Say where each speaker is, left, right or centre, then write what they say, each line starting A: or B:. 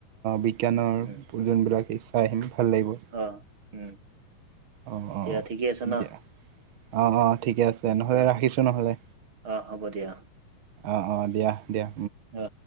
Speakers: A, on the right; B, on the right.
A: বিজ্ঞানৰ
B: উম
A: যোনবিলাক ইচ্ছা আহিম ভাল লাগিব।
B: অ', উম
A: অ',
B: দিয়া
A: অ',
B: ঠিকে আছে ন
A: দিয়া অ', অ', ঠিকে আছে। নহ'লে
B: অ
A: ৰাখিছোঁ নহ'লে
B: অ হ'ব দিয়া
A: অ, অ, দিয়া দিয়া।
B: অ,